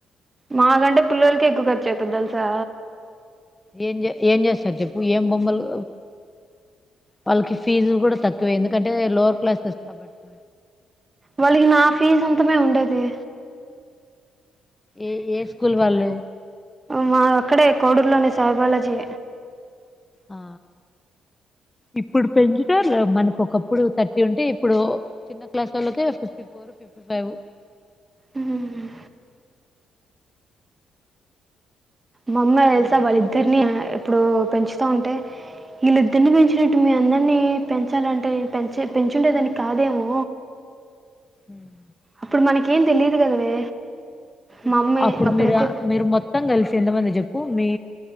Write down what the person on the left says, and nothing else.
ఏం ఏం చేస్తారు చెప్పు ఏం బొమ్మలు వాళ్ళకి ఫీజులు కూడా తక్కువే ఎందుకంటే లోవర్ క్లాస్స్ కాబట్టి
ఏ ఏ స్కూల్ వాళ్ళు
ఆ ఇప్పుడు పెంచితే అట్లా మనకు ఒకప్పుడు థర్టీ ఉంటే ఇప్పుడు చిన్న క్లాస్ వాళ్ళకే ఫిఫ్ ఫిఫ్ ఫోర్ ఫిఫ్ ఫైవ్
ఉమ్.
ఉమ్
ఇప్పుడు
అప్పుడు
మీరు మీరు మొత్తం కలిసి ఎంతమంది చెప్పు మీ